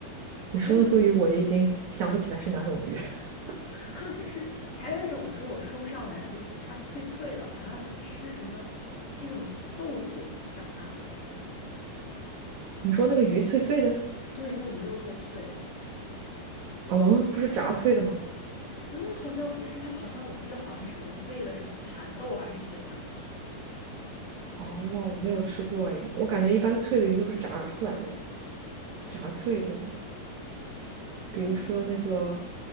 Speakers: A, on the left; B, on the right.
A: 还有一种，
B: 你说那鲑鱼，我也已经想不起来是哪种鱼。<laughs>
A: <laughs> 就是还有一种是我说不上来，就是它脆脆的，好像是吃什么一种豆子长大的，
B: 你说那个鱼脆脆的，
A: 对，那个鱼肉特别脆。
B: 哦，不是炸脆的吗？
A: 嗯，好像不是，他好像我记得好像是什么喂了什么蚕豆还是怎样。
B: 哦，没有吃过诶，我感觉一般脆的鱼都是炸出来的，炸脆了的。比如说那个
A: 嗯，